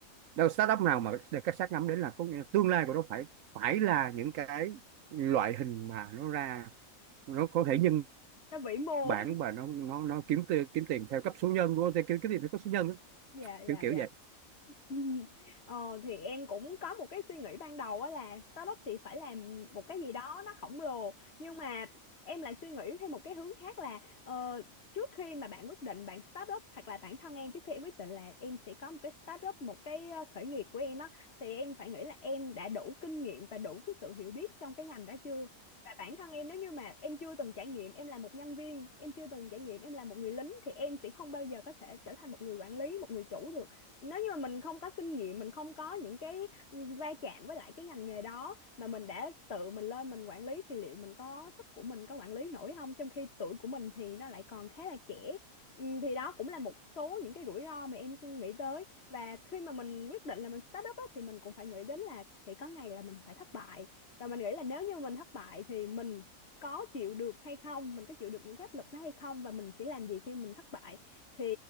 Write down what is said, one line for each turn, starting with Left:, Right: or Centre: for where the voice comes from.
Right: đâu startup nào mà để các sát ngắm đến là có nghĩa là tương lai của nó phải phải là những cái loại hình mà nó ra nó có thể nhân
Left: nó vĩ mô
Right: bản và nó nó nó kiếm tiền kiếm tiền theo cấp số nhân của kiếm kiếm tiền theo cấp số nhân đó.
Left: dạ
Right: kiểu
Left: dạ
Right: kiểu
Left: dạ
Right: vậy
Left: <laughs> ờ, thì em cũng có một cái suy nghĩ ban đầu á là startup thì phải làm một cái gì đó nó khổng lồ nhưng mà em lại suy nghĩ theo một cái hướng khác là ờ, trước khi mà bạn quyết định bạn startup hoặc là bản thân em trước khi em quyết định là em sẽ có một cái startup một cái ờ, khởi nghiệp của em á thì em phải nghĩ là em đã đủ kinh nghiệm và đủ cái sự hiểu biết trong cái ngành đó chưa và bản thân em nếu như mà em chưa từng trải nghiệm em là một nhân viên em chưa từng trải nghiệm em là một người lính thì em sẽ không bao giờ có thể trở thành một người quản lý một người chủ được nếu như mà mình không có kinh nghiệm mình không có những cái va chạm với lại cái ngành nghề đó mà mình đã tự mình lên mình quản lý thì liệu mình có sức của mình có quản lý nổi không trong khi tuổi của mình thì nó lại còn khá là trẻ Ừ, thì đó cũng là một số những cái rủi ro mà em nghĩ tới và khi mà mình quyết định là mình start up á, thì mình cũng phải nghĩ đến là sẽ có ngày là mình phải thất bại và mình nghĩ là nếu như mình thất bại thì mình có chịu được hay không mình có chịu được những cái áp lực đó hay không và mình sẽ làm gì khi mình thất bại thì